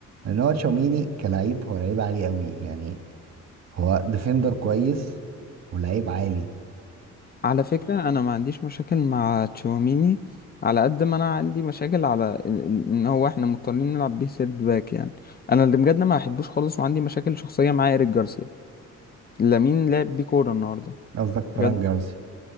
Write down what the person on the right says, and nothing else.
لان هو تشاوميني كلاعب هو لعيب عالي قوي يعني هو ديفندر كويس ولعيب عالي
فقصدك فران
جارسيا